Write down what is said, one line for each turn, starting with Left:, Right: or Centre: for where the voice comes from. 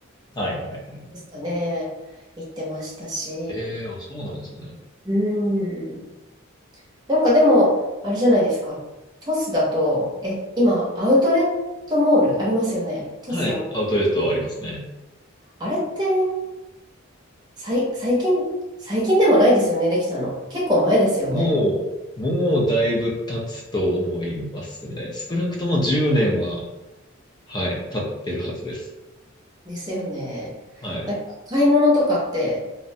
Left: はいはいはい。
Right: ですかね、行ってましたし、
Left: ええ、あ、そうなんですね。
Right: うん。なんかでも、あれじゃないですか、トスだと、え、今、アウトレットモールありますよね、トスあ、
Left: はい、アウトレットはありますね。
Right: あれってさい、最近、最近でもないですよね、できたの。結構前ですよね。
Left: もう、もうだいぶ経つと思いますね。少なくとも10年は、はい、経ってるはずです。
Right: ですよね。
Left: はい。
Right: なんか買い物とかって、